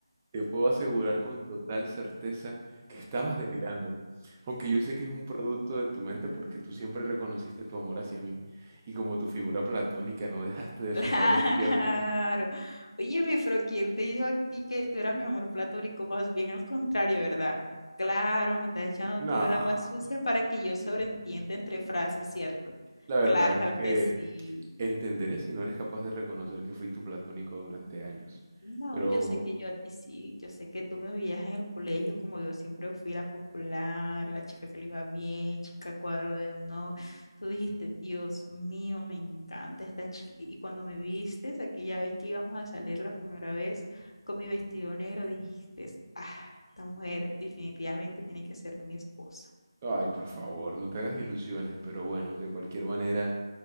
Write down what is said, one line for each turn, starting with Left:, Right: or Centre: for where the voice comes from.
Right: Te puedo asegurar con total certeza que estabas delirando. Aunque yo sé que es un producto de tu mente porque tú siempre reconociste tu amor hacia mí. Y como tu figura platónica no dejaste de
Left: <laughs>
Right: soñar despierta.
Left: claro. Óyeme, pero ¿quién te dijo a ti que tú eras mi amor platónico? Más bien al contrario, ¿verdad? Claro, me estás echando
Right: No,
Left: todo el agua sucia para que yo sobreentienda entre frases, ¿cierto?
Right: la verdad
Left: <laughs>
Right: es
Left: Claro
Right: que
Left: que sí.
Right: entenderé si no eres capaz de reconocer que fui tu platónico durante años.
Left: No,
Right: Pero,
Left: yo sé que yo a ti sí, yo sé que tú me veías en el colegio como yo siempre fui la popular, la chica que le iba bien, chica cuadro de honor. Tú dijiste, Dios mío, me encanta esta chica. Y cuando me vistes, aquella vez que íbamos a salir la primera vez con mi vestido negro, dijiste, ah, esta mujer definitivamente tiene que ser mi esposa.
Right: ay, por favor, no te hagas ilusiones. Pero bueno, de cualquier manera...